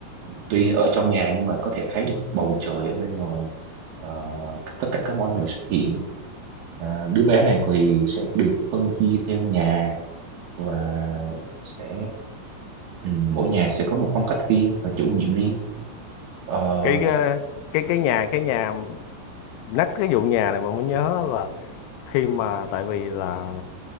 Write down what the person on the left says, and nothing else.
cái cái cái cái nhà cái nhà nhắc cái vụ nhà này mà mới nhớ là khi mà tại vì là